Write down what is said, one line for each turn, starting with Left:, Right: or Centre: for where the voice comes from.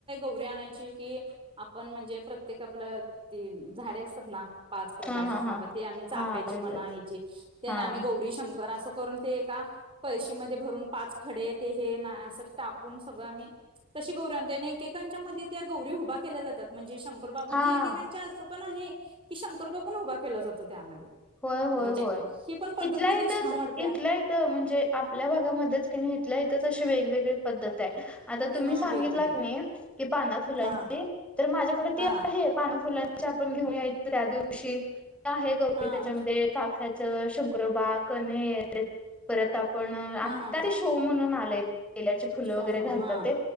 Right: <unintelligible> आणायची की आपण म्हणजे प्रत्येक आपलं ते झाडे असतात ना पाच प्रकारची
Centre: हा हा हा
Right: <unintelligible> आम्ही चाप्याची
Centre: हा
Right: मना हेची ते ना
Centre: हा
Right: आम्ही गौरी शं कर अस करून ते एका कळशी मधे भरून पाच खडे ते हे ना अस टाकून सगळं आम्ही तशी गौर आणतोय अन् एकेकांच्या मध्ये त्या गौरी उभा केल्या जातात म्हजे शंकरोबा म्हणजे
Centre: हा
Right: एकेकांच्या असतात पण आहे की शंकरोबा पण उभा केला जातो त्यामध्ये
Centre: होय होय
Right: म्हणजे
Centre: होय
Right: ही पण पद्धत
Centre: इथल्याहीथच
Right: किती छान वाटत्या
Centre: इथल्याहीथ म्हणजे आपल्या भागामध्येच कि नाही इथल्या इथच अशी वेगवेगळी पद्धत आहे. आता तुम्ही
Right: हा
Centre: सांगितला
Right: वेगवेगळी
Centre: की नई कि पाना फुलांची
Right: हा
Centre: तर माझ्याकडे ती
Right: हा
Centre: आहे पाना फुलां <unintelligible> आपण घेऊन यायच त्या दिवशी ते आहे ग
Right: हा
Centre: त्याच्यामध्ये चाफ्या शंकरोबा <unintelligible> परत पण आता
Right: हा हा
Centre: ते शो म्हणून आलंय तेल्याची फुलं
Right: सोमम
Centre: वगैरे घालतात
Right: हा
Centre: ते